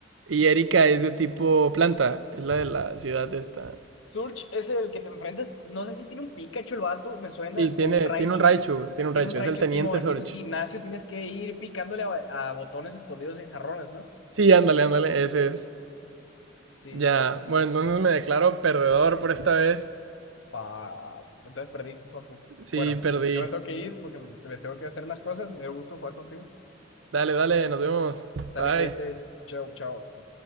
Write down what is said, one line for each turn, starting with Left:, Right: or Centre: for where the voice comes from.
Right: Y Erika es de tipo planta, es la de la ciudad esta.
Left: Surge es el que te enfrentas. No sé si tiene un Pikachu el vato, me suena,
Right: Sí, tiene,
Left: o un Raichu.
Right: tiene un Raichu, tiene un
Left: Tiene
Right: Raichu.
Left: un Raichu,
Right: Es el Teniente
Left: Simón,
Right: Surge.
Left: y su gimnasio tienes que ir picándole a, a botones escondidos en jarrones, ¿no?
Right: Sí, ándale, ándale, ese es.
Left: Sí,
Right: Ya,
Left: sí, su.
Right: bueno, entonces me declaro perdedor por esta vez.
Left: Pa... Entonces perdiste, papu. Bueno,
Right: Sí, perdí.
Left: yo me tengo que ir porque me tengo que hacer más cosas. Me dio gusto jugar contigo.
Right: Dale, dale, nos vemos.
Left: Dale,
Right: Bye.
Left: cuídate. Chao, chao.